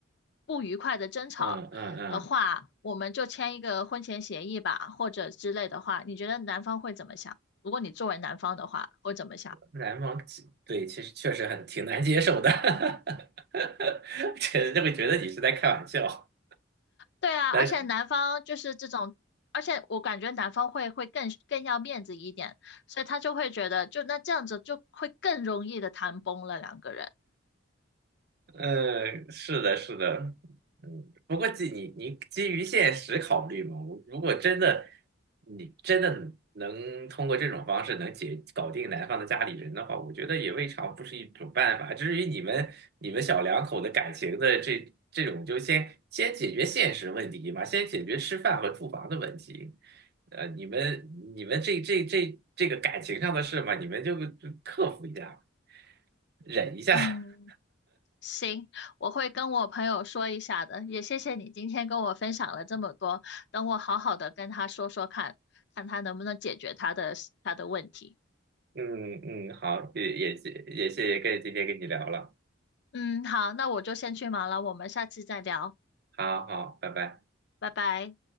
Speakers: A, on the left; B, on the right.
A: 不愉快的争吵的话，
B: 嗯嗯嗯
A: 我们就签一个婚前协议吧，或者之类的话，你觉得男方会怎么想？如果你作为男方的话，会怎么想？
B: 篮网对，其实确实很挺难接受的，<laughs> 这就会觉得你是在开玩笑。
A: 对啊，
B: <laughs> 但
A: 而且男方就是这种，而且我感觉男方会会更更要面子一点，所以他就会觉得，就那这样子就会更容易的谈崩了两个人。
B: 嗯，是的，是的，嗯，不过基你你基于现实考虑嘛，我如果真的你真的能通过这种方式能解搞定男方的家里人的话，我觉得也未尝不是一种办法。至于你们你们小两口的感情的这这种，就先先解决现实问题嘛，先解决吃饭和住房的问题。呃，你们你们这这这这个感情上的事嘛，你们就就克服一下，忍一下。
A: 嗯，
B: <laughs>
A: 行，我会跟我朋友说一下的，也谢谢你今天跟我分享了这么多，等我好好的跟他说说看，看他能不能解决他的他的问题。
B: 嗯嗯，好，也也谢也谢谢跟今天跟你聊了，
A: 嗯，好，那我就先去忙了，我们下次再聊，
B: 好好，拜拜。
A: 拜拜。